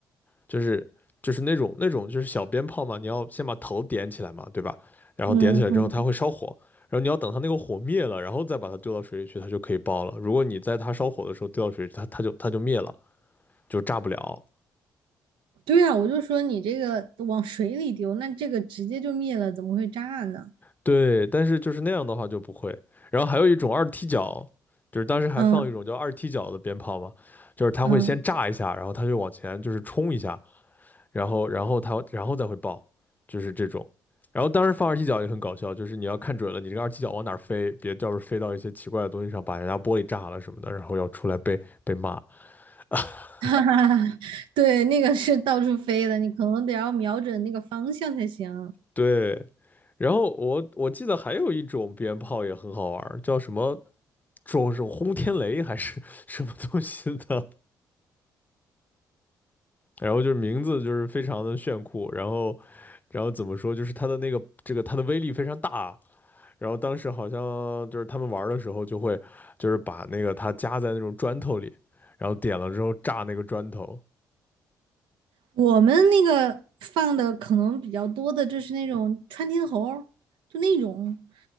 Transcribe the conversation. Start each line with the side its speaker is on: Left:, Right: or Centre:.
Left: 就是就是那种那种就是小鞭炮嘛，你要先把头点起来嘛，对吧？然后点起来之后它会烧火，
Right: 嗯嗯，
Left: 然后你要等它那个火灭了，然后再把它丢到水里去，它就可以爆了。如果你在它烧火的时候丢到水里去它它就它就灭了，就炸不了。
Right: 对啊，我就说你这个往水里丢，那这个直接就灭了，怎么会炸呢？
Left: 对，但是就是那样的话就不会。然后还有一种二踢脚，就是当时还放一种叫二踢脚的鞭炮嘛，
Right: 嗯
Left: 就是它会先炸一下，
Right: 嗯，
Left: 然后它就往前就是冲一下，然后然后它然后再会爆，就是这种。然后当时放二踢脚也很搞笑，就是你要看准了你这个二踢脚往哪儿飞，别到时候飞到一些奇怪的东西上，把人家玻璃炸了什么的，然后要出来被被骂。<laughs>
Right: <laughs> 哈哈哈，对，那个是到处飞的，你可能得要瞄准那个方向才行。
Left: 对，然后我我记得还有一种鞭炮也很好玩儿叫什么？说是轰天雷还是什么东西的，然后就是名字就是非常的炫酷，然后，然后怎么说，就是它的那个这个它的威力非常大，然后当时好像就是他们玩的时候就会就是把那个它夹在那种砖头里，然后点了之后炸那个砖头，
Right: 我们那个放的可能比较多的就是那种穿天猴儿就那种，